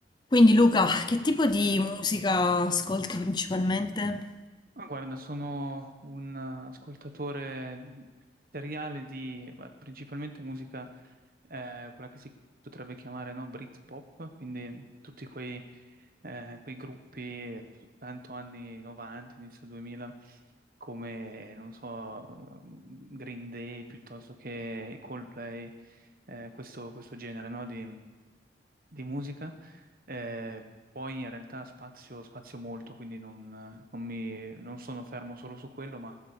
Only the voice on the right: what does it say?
Ma guarda, sono un eh, ascoltatore seriale di beh, principalmente musica, eh, quella che si potrebbe chiamare no, Britpop, quindi tutti quei, eh, quei gruppi, tanto anni 90, inizio 2000, come, non so, Green Day piuttosto che Coldplay, eh, questo, questo genere no, di di musica, eh, poi in realtà spazio, spazio molto, quindi non, non mi- non sono fermo solo su quello, ma